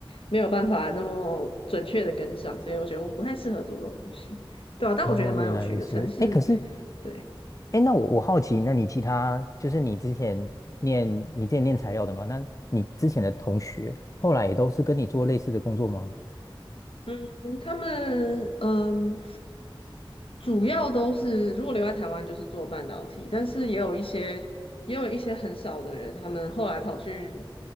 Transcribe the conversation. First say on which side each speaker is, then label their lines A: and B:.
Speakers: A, on the left (about 75°); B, on the left (about 35°).
A: 没有办法那么准确的跟上，所以我觉得我不太适合做这种东西，对啊，但我觉得蛮有趣的，
B: 哦，原来如此。
A: 城市。
B: 哎，可是，
A: 对。
B: 哎，那我我好奇，那你其他就是你之前念你之前念材料的嘛？那你之前的同学后来也都是跟你做类似的工作吗？
A: 嗯，他们嗯，主要都是如果留在台湾就是做半导体，但是也有一些也有一些很少的人，他们后来跑去